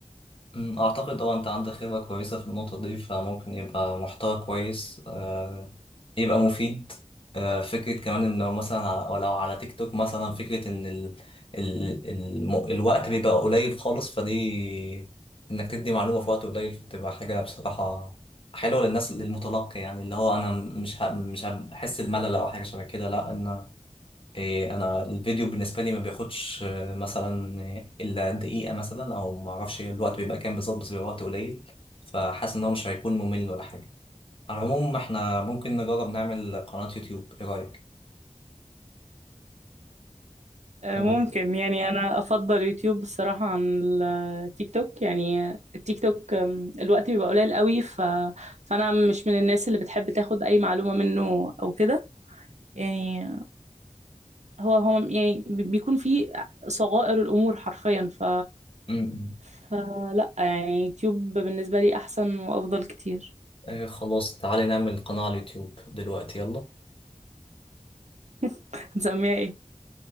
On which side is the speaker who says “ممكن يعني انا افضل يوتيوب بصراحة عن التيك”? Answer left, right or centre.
Right